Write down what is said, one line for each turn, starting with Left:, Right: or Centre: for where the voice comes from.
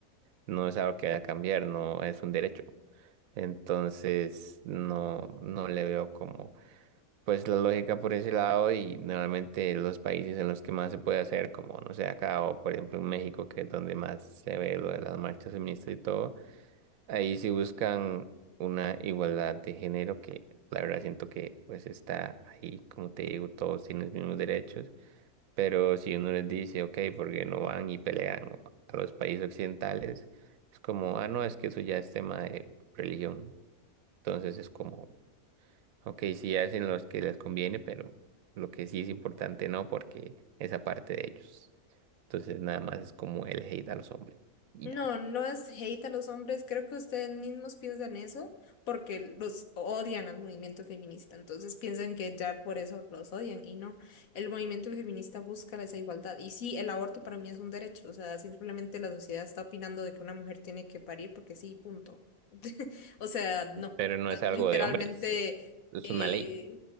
Right: No es algo que vaya a cambiar, no es un derecho. Entonces, no, no le veo como pues la lógica por ese lado y normalmente los países en los que más se puede hacer, como no sé, acá o por ejemplo en México, que es donde más se ve lo de las marchas feministas y todo, ahí sí buscan una igualdad de género que la verdad siento que pues está ahí, como te digo, todos tienen los mismos derechos, pero si uno les dice, ok, porque no van y pelean a los países occidentales? Es como, ah, no, es que eso ya es tema de religión. Entonces es como, Ok, sí hacen los que les conviene, pero lo que sí es importante no, porque esa parte de ellos. Entonces nada más es como el hate a los hombres. Y
Left: No,
Right: ya.
Left: no es hate a los hombres, creo que ustedes mismos piensan eso porque los odian al movimiento feminista, entonces piensan que ya por eso los odian y no, el movimiento feminista busca esa igualdad y sí, el aborto para mí es un derecho, o sea, simplemente la sociedad está opinando de que una mujer tiene que parir porque sí, punto. <laughs> O sea, no,
Right: Pero
Left: están
Right: no es algo
Left: literalmente
Right: de hombres, es
Left: eh,
Right: una ley.